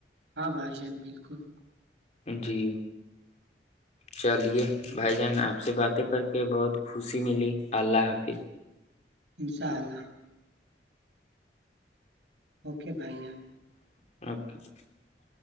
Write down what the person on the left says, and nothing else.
جی چلیے بھائی جان آپ سے باتیں کر کے بہت خوشی ملی اللہ حافظ
اوکا